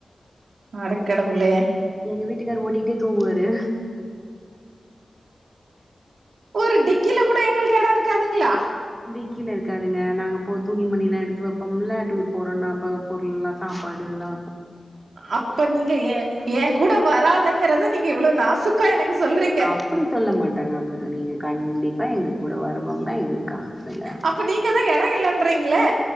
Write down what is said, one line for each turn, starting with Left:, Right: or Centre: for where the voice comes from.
Right: அடக்கடவுளே
Centre: எங்வீட்டுக்காரு ஓட்டிகிட்டே தூங்குவாரு
Right: ஒரு டிக்கில கூட எங்ளுக்கு இடோ இருக்காதுங்களா
Centre: டிக்கில இருக்காதுங்க நாங்க போ துணிமணில்லா எடுத்து வெப்போம்ல டூர் போறோம்னாப் பொருள்ல்லா சாப்பாடு அதெல்லா
Right: அப்ப நீங்க ஏ ஏ கூட வராதுங்கறத நீங்க எவ்ளோ நாசுக்கா எனக்கு சொல்றீங்க
Centre: அப்டி சொல்ல மாட்டாங்க அப்டி சொன்னீங்க கண்டிப்பா எங்க கூட வரணுனு தா எங்ளுக்கு ஆசங்க
Right: அப்ப நீங்க தா இட இல்லன்றீங்களே